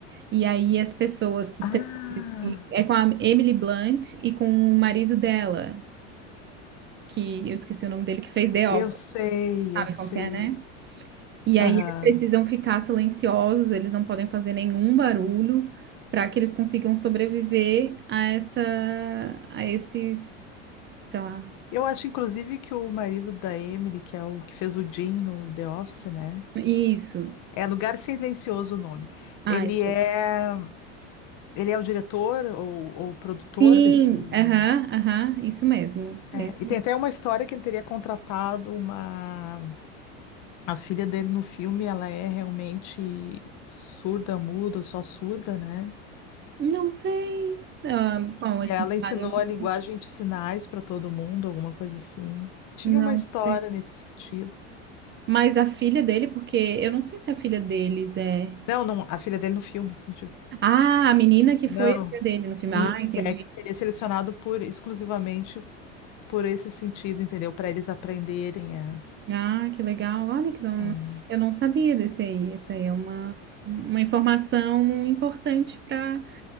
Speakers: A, on the right; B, on the left.
A: E aí, as pessoas que
B: Ah,
A: têm. esse- É com a Emily Blunt e com o marido dela, que eu esqueci o nome dele, que fez The
B: eu
A: Office,
B: sei,
A: sabe
B: eu sei.
A: qual que é, né? E aí
B: Aham.
A: eles precisam ficar silenciosos, eles não podem fazer nenhum barulho para que eles consigam sobreviver a essa, a esses, sei lá.
B: Eu acho, inclusive, que o marido da Emily, que é o que fez o Jim no The Office, né?
A: Isso.
B: É Lugar Silencioso o nome.
A: Ah,
B: Ele
A: isso.
B: é. Ele é o diretor ou, ou produtor
A: Sim,
B: desse.
A: aham, aham, isso mesmo.
B: É,
A: é isso
B: e
A: mesmo.
B: tem até uma história que ele teria contratado uma. A filha dele no filme, ela é realmente surda, muda, só surda, né?
A: Não sei. Ah, bom,
B: E
A: esse
B: ela
A: detalhe
B: ensinou
A: eu não
B: a linguagem
A: sei.
B: de sinais para todo mundo, alguma coisa assim. Tinha
A: Não
B: uma história
A: sei.
B: nesse sentido.
A: Mas a filha dele, porque eu não sei se a filha deles é.
B: Não, não, a filha dele no filme, eu digo.
A: Ah, a menina que
B: Não.
A: foi a filha dele no filme.
B: Isso
A: Ah, entendi.
B: que é que teria selecionado por exclusivamente por esse sentido, entendeu? Para eles aprenderem a.
A: Ah, que legal. Olha que eu
B: a...
A: eu não sabia desse aí. Isso aí é uma, uma informação importante para.